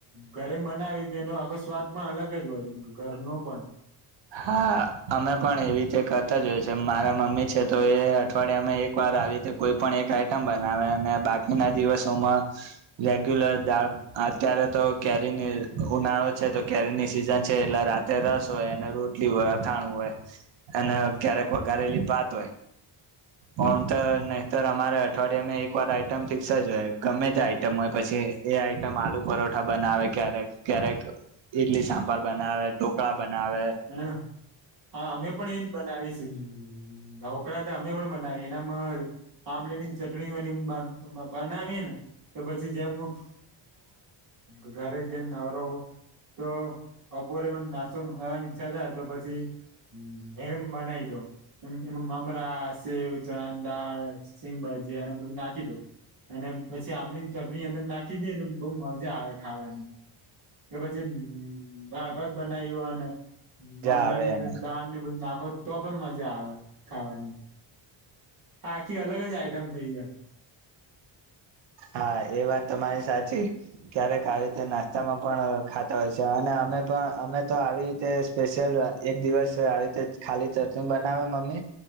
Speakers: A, on the right (about 45°); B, on the right (about 65°).
A: ઘરે બનાવીએ તેમ સ્વાદ પણ અલગ જ હોય છે કે ઘરનો પણ.
B: હા અમે પણ એવી રીતે કરતા મારા મમ્મી છે તો એ અઠવાડિયા અમે એક વાર આવી કોઈ પણ એક આઈટમ બનાવે. બાકીના દિવસોમાં રેગ્યુલર દાળ અત્યારે તો કેરી ઉનાળો તો કેરીની સિઝન છે એટલે રાતે રસ હોય રોટલી હોય અથાણું હોય અને ક્યારેક વઘારેલી ભાત હોય. હમ તો નહીતર અમારે અઠવાડિયેમે એક વાર આઈટમ ફિક્સ જ હોય ગમે તે આઈટમ હોય. પછી એ આઈટમ આલુ પરોઠા બનાવે ક્યારેક ક્યારેક ઈડલી સાંભાર બનાવે. <unintelligible> બનાવે.
A: અને હા અમે પણ એજ બનાવીશ ઢોકડા તો અમે પણ એનામ આમલેની ચટણી હોય બનાવી ને તો પછી જેમ હું <unintelligible> ઘરે જઈને નવરો તો બપોરે પણ નાસ્તો મંગાવવાની છતા તો પછી એમ બનાવી દો. એમાં મમરા સેવ ચણા દાળ શિંગભાજી અને બધું નાખી દઉ. અને પછી આંમલી ની ચટણી અંદર નાખી દે ને બહુ મજા આવે ખાવાની. કે પછી અમ્મ દાળભાત બનાવ્યો અને મમરા
B: મજા આવે
A: ની અંદર
B: એમ
A: દાળ ને બધુ નાખો તો પણ મજા આવે ખાવાની. આખી અલગ જ આઈટમ થઇ જાય.
B: હા એ વાત તમારી સાચી ક્યારેક આવી રીતે નાસ્તામાં પણ ખાતા હોય છે અને અમે પણ અમે તો આવી રીતે સ્પેશિયલ એક દિવસ આવી રીતે ખાલી ચટણી બનાવે મમ્મી